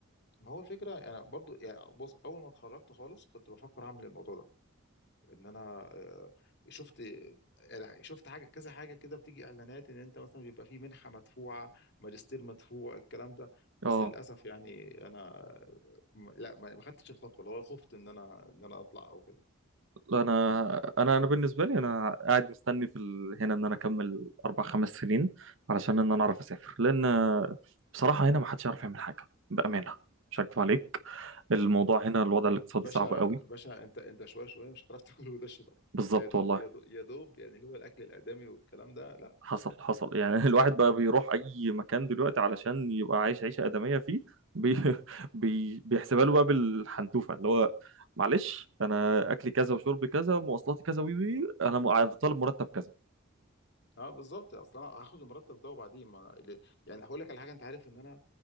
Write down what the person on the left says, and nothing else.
ما هو الفكره انا برضه يعني بص اول ما اتخرجت خالص كنت بفكر اعمل الموضوع ده ان انا آه، شفت يعني شفت حاجه كذا حاجه كده بتيجي اعلانات ان انت مثلا بيبقى في منحه مدفوعه ماجستير مدفوع الكلام ده بس
للاسف يعني انا م- لا ما ما خدتش الخطوه اللي هو خفت ان انا ان انا اطلع او كده
م.
باشا
باشا انت انت شويه شويه مش هتعرف تاكل وتشرب
انا يا دوب
يا دوب يا دوب يعني اللي هو الاكل الادمي والكلام ده لا
صعب
اه بالظبط اصل انا هاخد المرتب ده وبعدين ما أنا- ال- يعني هقول لك على حاجه انت عارف ان انا